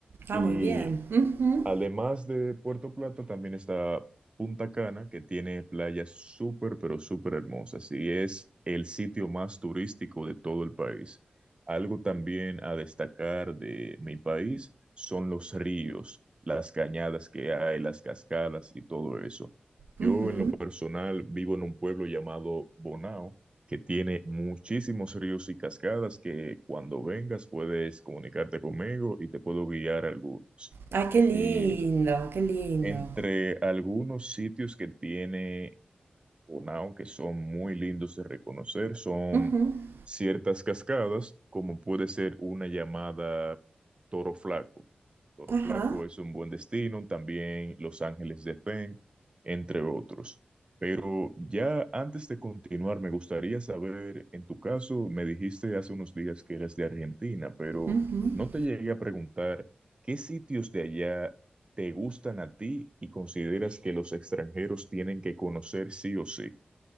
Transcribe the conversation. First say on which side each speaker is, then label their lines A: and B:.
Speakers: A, on the right (about 80°); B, on the right (about 30°).
A: Ah,
B: Y
A: muy bien. Ujú,
B: Además de Puerto Plata, también está Punta Cana, que tiene playas súper, pero súper hermosas y es el sitio más turístico de todo el país. Algo también a destacar de mi país son los ríos, las cañadas que hay, las cascadas y todo eso. Yo
A: ujú.
B: en lo personal vivo en un pueblo llamado Bonao, que tiene muchísimos ríos y cascadas que cuando vengas puedes comunicarte conmigo y te puedo guiar algunos.
A: Ay, qué lindo,
B: Y
A: qué lindo.
B: entre algunos sitios que tiene Bonao que son muy lindos de reconocer, son
A: Ujú,
B: ciertas cascadas, como puede ser una llamada Toro Flaco. Toro
A: Ajá.
B: Flaco es un buen destino, también Los Ángeles de Pen, entre otros. Pero ya antes de continuar, me gustaría saber, en tu caso, me dijiste hace unos días que eras de Argentina, pero
A: ujú.
B: no te llegué a preguntar qué sitios de allá te gustan a ti y consideras que los extranjeros tienen que conocer sí o sí?